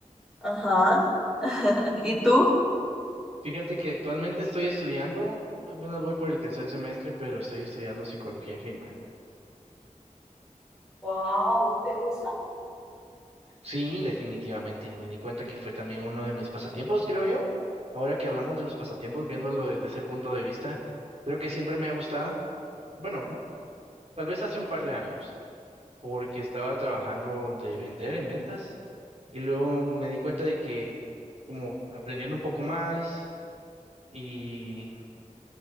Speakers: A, in the centre; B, on the right.
A: Ajá. <laughs> ¿Y tú?
B: Fíjate que actualmente estoy estudiando, apenas voy por el tercer semestre, pero estoy estudiando psicología clínica.
A: Wow, ¿te gusta?
B: Sí, definitivamente. Me di cuenta que fue también uno de mis pasatiempos, creo yo. Ahora que hablamos de los pasatiempos, viéndolo desde ese punto de vista, creo que siempre me ha gustado. Bueno, n- tal vez hace un par de años, porque estaba trabajando de vender en ventas y luego me di cuenta de que como aprendiendo un poco más y,